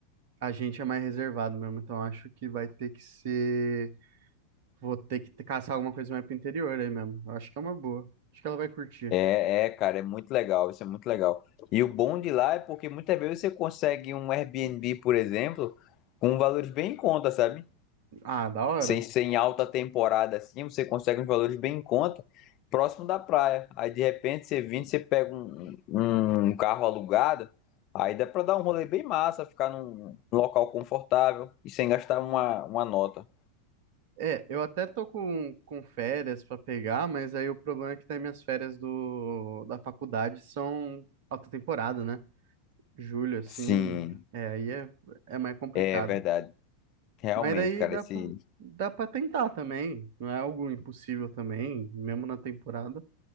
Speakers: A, on the right; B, on the left.
A: A gente é mais reservado mesmo, então acho que vai ter que ser. Vou ter que caçar alguma coisa mais pro interior aí mesmo. Eu acho que é uma boa. Acho que ela vai curtir.
B: É, é, cara, é muito legal, isso é muito legal. E o bom de lá é porque muitas vezes você consegue um Airbnb, por exemplo, com valores bem em conta, sabe?
A: Ah, da hora.
B: sem ser em alta temporada assim, você consegue uns valores bem em conta, próximo da praia. Aí de repente você vindo, você pega um, um um carro alugado, aí dá pra dar um rolê bem massa, ficar num local confortável e sem gastar uma, uma nota.
A: É, eu até tô com, com férias para pegar, mas aí o problema é que daí minhas férias do, da faculdade são alta temporada, né? Julho, assim,
B: Sim,
A: é, aí é, é mais complicado.
B: é verdade. Realmente,
A: Mas daí
B: cara,
A: dá
B: esse.
A: pra, dá pra tentar também, não é algo impossível também, mesmo na temporada.